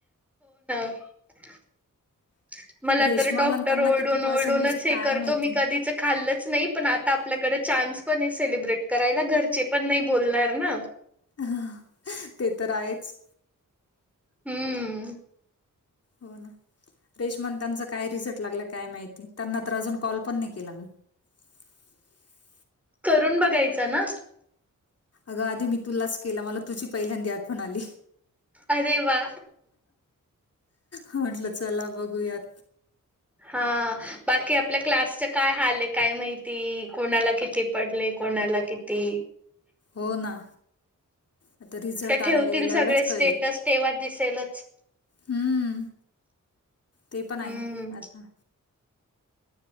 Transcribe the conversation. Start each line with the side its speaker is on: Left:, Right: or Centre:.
Centre: <unintelligible> मला
Left: रेश्माला
Centre: तर डॉक्टर
Left: अन् त्यांना
Centre: ओरडून
Left: किती पर्सेंटेज
Centre: ओडूनच
Left: आहे
Centre: हे
Left: काय
Centre: करतो
Left: माहिती?
Centre: मी कधीच खाल्ऽऽ नाही पण आता आपल्याकडे चान्स पण ऐ सेलिब्रेट करायला घरचे पण नाही बोलणार ना.
Left: ह,, ते तर आहेच.
Centre: हम्म,
Left: हो, ना रेशमा न त्यांचा काय रिझल्ट लागला काय माहिती,, त्यांना तर अजून कॉल पण नाही केला मी,, <unintelligible>
Centre: करून बघायचा ना.
Left: अग आधी मी तुलाच केला,, मला तुझी पहिल्यांदी आठवण आली.
Centre: अरे! वा!
Left: म्हटलं चला बघूयात.
Centre: हा ऽऽबाकी आपल्या क्लासच काय हाल य काय माहिती,, कोणाला किती पडले कोणाऽऽ णाला किती,
Left: हो ना. आता रिझल्ट आणायला
Centre: ठेवतील
Left: गेल्यावरच
Centre: सगळे स्टेटस
Left: कळेल,,,
Centre: तेव्हा दिसेलच
Left: हम्म. ते पण आहे,,
Centre: हम्म
Left: आता